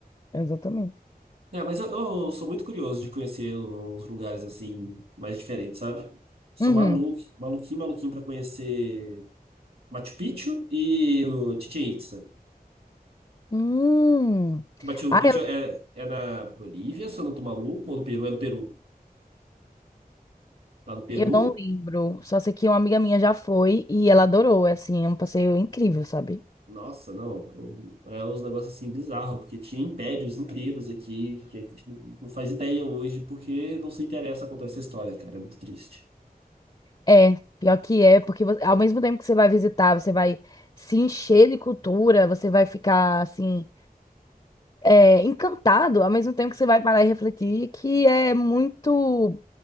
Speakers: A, on the left; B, on the right.
A: Exatamente.
B: É, mas eu, eu sou muito curioso de conhecer uns lugares assim mais diferentes, sabe? Sou
A: Uhum.
B: maluco, maluquinho, maluquinho para conhecer Machu Picchu e o Chichén Itzá.
A: Hum.
B: Que Machu
A: Ah,
B: Picchu
A: eu,
B: é, é na Bolívia, se eu não tô maluco, ou no Peru, é no Peru. Tá no Peru.
A: eu não lembro. Só sei que uma amiga minha já foi e ela adorou. É assim, é um passeio incrível, sabe?
B: Nossa, não. É uns negócios assim bizarros, porque tinha impérios inteiros aqui que a gente não não faz ideia hoje, porque não se interessa contar essa história, cara. É muito triste.
A: É, pior que é, porque você- ao mesmo tempo que você vai visitar, você vai se encher de cultura, você vai ficar assim, é, encantado, ao mesmo tempo que você vai parar e refletir que é muito.